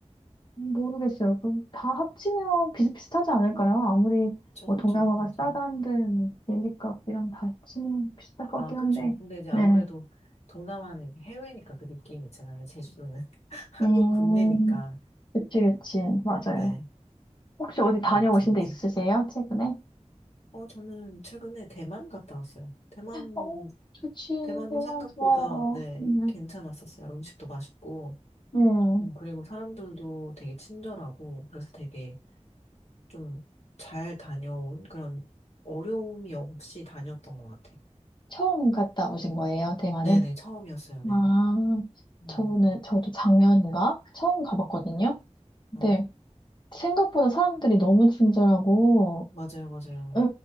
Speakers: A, on the left; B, on the left.
A: 모르겠어요. 그다 합치면 비슷비슷하지 않을까요? 아무리,
B: 그쵸
A: 뭐,
B: 그쵸
A: 동남아가
B: 맞아요.
A: 싸다는데, 뭐, 비행기 값이랑 다 합치면 비슷할
B: 아
A: 것 같긴
B: 그쵸.
A: 한데.
B: 근데 이제
A: 네.
B: 아무래도 동남아는 해외니까 그 느낌이 있잖아요. 제주도는 <laughs> 한국
A: 음,
B: 국내니까
A: 그치, 그치. 맞아요.
B: 네
A: 혹시 어디 다녀오신
B: 아무튼
A: 데
B: 네.
A: 있으세요? 최근에?
B: 어 저는 최근에 대만 갔다 왔어요. 대만
A: 어, 좋지.
B: 대만도
A: 대만
B: 생각보다,
A: 좋아요.
B: 네,
A: 음.
B: 괜찮았었어요. 음식도 맛있고,
A: 음.
B: 음, 그리고 사람들도 되게 친절하고, 그래서 되게 좀 잘 다녀온 그런 어려움이 없이 다녔던 것 같아요.
A: 처음 갔다 오신 거예요, 대만은?
B: 네네, 처음이었어요, 네.
A: 아,
B: 음,
A: 저는, 저도 작년인가? 처음 가봤거든요? 근데
B: 아,
A: 생각보다 사람들이 너무 친절하고,
B: 맞아요, 맞아요.
A: 예,